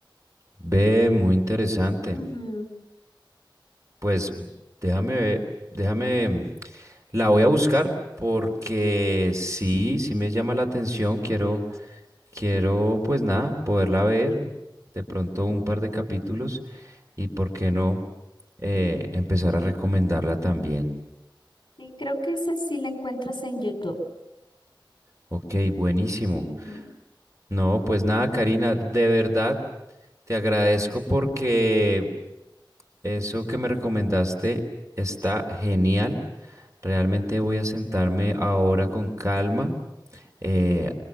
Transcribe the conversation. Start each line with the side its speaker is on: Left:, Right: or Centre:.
Right: Ve, muy interesante.
Left: Ujú.
Right: Pues déjame ver, déjame, la voy a buscar porque sí, sí me llama la atención. Quiero, quiero, pues nada, poderla ver. De pronto un par de capítulos y por qué no eh, empezar a recomendarla también.
Left: Y creo que esa sí la encuentras en YouTube.
Right: Ok, buenísimo.
Left: Ujú.
Right: No, pues nada, Karina, de verdad te agradezco porque eso que me recomendaste está genial. Realmente voy a sentarme ahora con calma, eh,